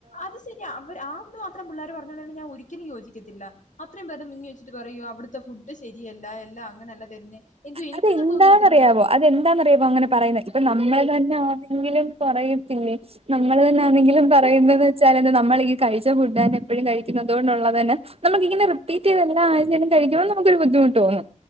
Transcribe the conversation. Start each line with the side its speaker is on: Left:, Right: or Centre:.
Left: അത് ശെരിയാ അവര് ആന്ന് മാത്രം പിള്ളേർ പറ <unintelligible> ഞാൻ ഒരി ഒരിക്കലും യോജിക്കത്തില്ല. അത്രയും പേര് മുന്നിൽ വെച്ചിട്ട് പറയൂക അവിടുത്തെ ഫുഡ് ശരിയല്ല എല്ലാം അങ്ങനെ അല്ല തരുന്നേ. എന്തോ എനിക്കൊന്നും
Right: അത് എന്താന്നറിയാവോ
Left: തോന്നിയിട്ടില്ല
Right: അതെന്താ ന്നറിയാവോ അങ്ങനെ പറയുന്നത് ഇപ്പൊ നമ്മെ തന്നെ ആരെങ്കിലും പറയത്തില്ലേ നമ്മൾ തന്നെ ആണെങ്കിലും പറയുന്നതെന്ന് വെച്ചാൽ നമ്മൾ ഈ കഴിച്ച ഫുഡ് തന്നെ എപ്പോഴും കഴിക്കുന്നത് ക. അതുകൊണ്ട് ഉള്ളത് തന്നെ നമ്മുക്കിങ്ങനെ റിപ്പീറ്റ് ചെയ്തല്ല ആദ്യം തന്നെ കഴിക്കുമ്പോൾ നമുക്ക് ഒരു ബുദ്ധിമുട്ട് തോന്നും.